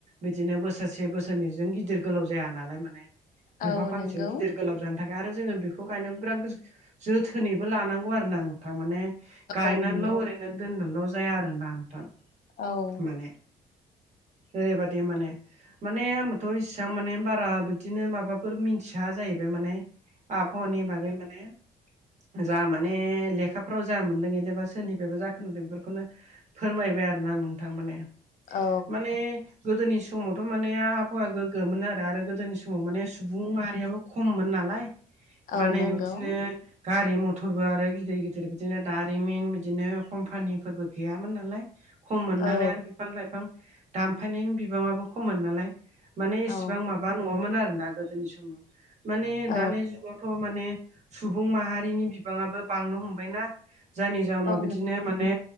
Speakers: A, on the right; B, on the left.
A: बिदिनो बोसोरसे बोसोरनैजों गिदिर गोलाव जाया नालाय माने बेफां
B: औ
A: फांसेयाव
B: नंगौ
A: गिदिर गोलाव जानो थाखाय आरो जोङो बिखौ गायनो बिराद गोजो जोथोनै बो लानांगौ आरो ना नोंथां माने गायहेनानैल'
B: औ नों
A: ओरैनो दोननानैल' जाया आरोना नोंथां।
B: औ
A: माने ओरैबादि माने माने आंबोथ' इसिबां माने बारा बिदिनो माबाफोर मिथिया जाहैबाय माने आबहावानि बागै माने जा माने लेखाफ्राव जा मोन्दों एदिबा सोरनिफ्रायबो जा खोनादों बेफोरखौनो फोरमायबाय आरोना नोंथां माने
B: औ
A: माने गोदोनि समावथ' माने आबहावाया गोग्गोमोन आरो आरो गोदोनि स समाव माने सुबुं माहारियाबो खममोन नालाय
B: औ
A: माने
B: नंगौ
A: बिदिनो गारि मथ थरबो आरो गिदिर गिदिर बिदिनो दारिमिन बिदिनो कम्पानिफोरबो गैयामोन नालाय। खममोन
B: औ
A: नालाय आरो बिफां लाइफां दानफायनायनि बिबाङाबो खममोन नालाय। माने
B: औ
A: इसेबां माबा नङामोन आरोना गोदोनि समाव माने
B: औ
A: दानि जुगाव थ' माने सुबुं माहारिनि बिबाङाबो बांनो हमबायना। जायनि जाउनाव
B: औ
A: बिदिनो
B: नं-
A: माने